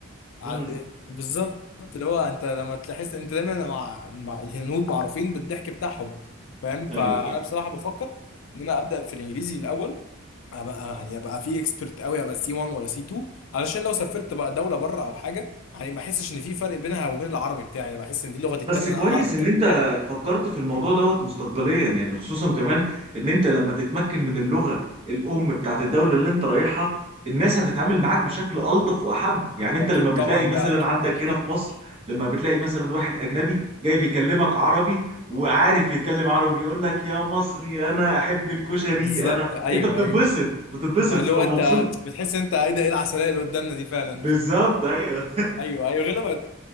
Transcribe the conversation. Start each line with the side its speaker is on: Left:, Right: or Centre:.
Left: على
Right: امم
Left: بالظبط اللي هو انت لما تحس انت دايما مع مع الهنود معروفين بالضحك بتاعهم فاهم فانا
Right: ايوه أيوة.
Left: بصراحه بفكر ان انا ابدا في الانجليزي الاول أبقى يعني ابقى فيه اكسبرت قوي ابقى سي 1 ولا سي 2 علشان لو سافرت بقى دوله بره او حاجه يعني ما احسش ان في فرق بينها وبين العربي بتاعي بحس ان دي لغتي
Right: بس
Left: التانيه اللي
Right: كويس
Left: انا اعرف اتكلم
Right: ان انت
Left: فيها
Right: فكرت في الموضوع دوت مستقبليا يعني خصوصا كمان ان انت لما تتمكن من اللغة الام بتاعت الدولة اللي انت رايحها الناس هتتعامل معاك بشكل الطف واحب يعني انت
Left: اكيد
Right: لما بتلاقي
Left: طبعا
Right: مثلا
Left: بقى اكيد
Right: عندك
Left: اكيد
Right: هنا في مصر لما بتلاقي مثلا واحد اجنبي جاي بيكلمك عربي وعارف يتكلم عربي بيقول لك يا مصري انا احب الكشري
Left: بالظبط
Right: انا
Left: ايوه
Right: انت بتتبسط
Left: ايوه
Right: بتتبسط
Left: اللي
Right: تبقى
Left: هو انت
Right: مبسوط
Left: بتحس ان انت ايه ده ايه العسليه اللي قدامنا دي فعلا
Right: بالظبط ايوه
Left: ايوه ايوه غير لما